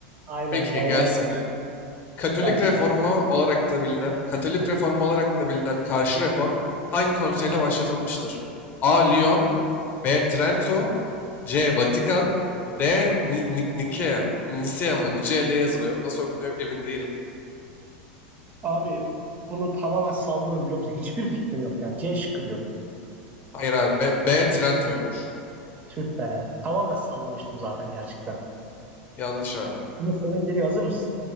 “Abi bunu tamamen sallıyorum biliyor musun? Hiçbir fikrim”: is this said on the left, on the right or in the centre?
Right